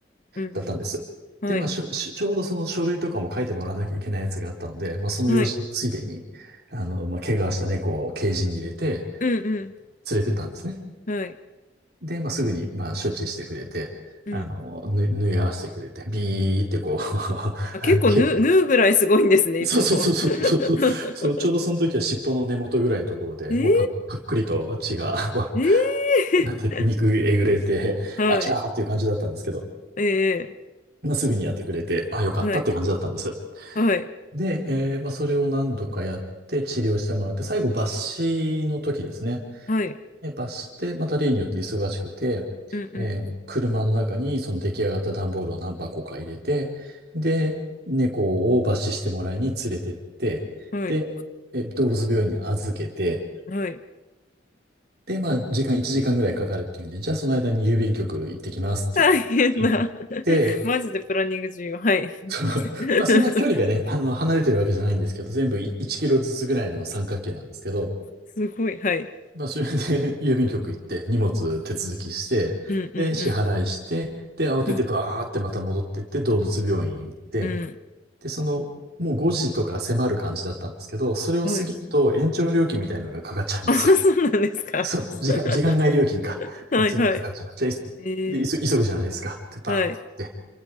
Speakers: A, on the left; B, on the right.
A: うんう
B: だったんです。
A: ん。
B: で、
A: はい。
B: まあ、しょ、しょちょうどその書類とかも書いてもらわなきゃいけないやつがあったので、まあ、その用事ついでに、
A: はい。
B: あの、まあ、怪我した猫をケージに入れて
A: うんうん。
B: 連れてったんですね。
A: はい。
B: で、まあ、すぐに、まあ、処置してくれて、
A: うん。
B: あの、ぬ、縫い合わせてくれて、ビーってこう <laughs>
A: あ、結構縫う、
B: け
A: 縫うぐらいすごいんですね、いつも。
B: そうそうそうそうそうそう、
A: <laughs>
B: そうちょうどその時は尻尾の根元ぐらいのところで、
A: えー、
B: もうパッ、パックリと血が、<laughs> わ
A: え
B: なんて、肉えぐれて、
A: ー、はい、
B: あちゃーっていう感じだったんですけど、
A: え
B: まあ、すぐにやってくれて、あ、よかったって感じだったんです。
A: ー、はい、はい、
B: で、えーまあ、それを何度かやって治療してもらって、最後抜歯の時ですね。
A: はい、
B: で、バスで、また例によって忙しくて、
A: うん
B: えー車の中にその出来上がった段ボールを何箱か入れて、で、猫を罰視してもらいに連れてって、
A: うん、はい、
B: で、え動物病院に預けて、
A: はい。
B: で、まあ、時間1時間ぐらいかかるっていうんで、じゃあその間に郵便局行ってきますって言って行って、
A: 大変な。<laughs> マジでプランニング重要。はい。<laughs>
B: そのまあ、そんな距離がね、あの、離れてるわけじゃないんですけど、全部い1キロずつぐらいの三角形なんですけど、
A: すごい、はい。
B: まあ、それで <laughs> 郵便局行って荷物手続きして、
A: うんうん
B: で、支払いして、で、慌ててバーってまた戻ってって動物病院行って、
A: うん。うん
B: で、その、もう5時とか迫る感じだったんですけど、それを過ぎると延長料金みたいなのがかかっちゃうんですよ。
A: うん。はい。あ、そうなんですか。
B: <laughs> そう、
A: <laughs>
B: 時間、時間外料金か。
A: はいはい。
B: っていうのがかかっちゃう。じゃあ、
A: え
B: いで、急急ぐじゃないですか。で、バーって。
A: ー、はい。